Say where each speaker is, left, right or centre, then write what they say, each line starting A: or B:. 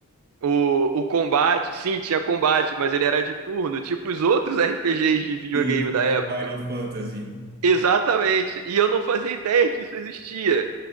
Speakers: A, on the right; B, on the right.
A: O, o combate, sim, tinha combate, mas ele era de turno, tipo os outros RPGs de videogame
B: Sim,
A: da
B: com
A: época.
B: Final Fantasy.
A: Exatamente. E eu não fazia ideia que isso existia.